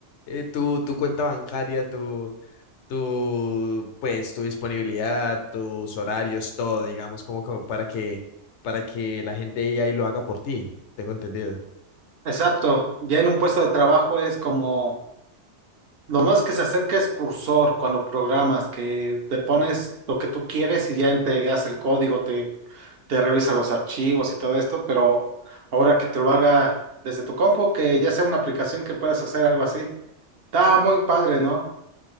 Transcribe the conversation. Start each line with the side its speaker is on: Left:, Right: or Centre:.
Left: eh, tu, tu cuenta bancaria, tu, tu, pues, tu disponibilidad, tus horarios, todo, digamos, como, como para que, para que la gente ya y lo haga por ti, tengo entendido.
Right: Exacto. Ya en un puesto de trabajo es como Lo más que se acerca es cursor cuando programas, que te pones lo que tú quieres y ya te hace el código, te, te revisa los archivos y todo esto, pero ahora que te lo haga desde tu compu, que ya sea una aplicación que puedas hacer algo así. Está muy padre, ¿no?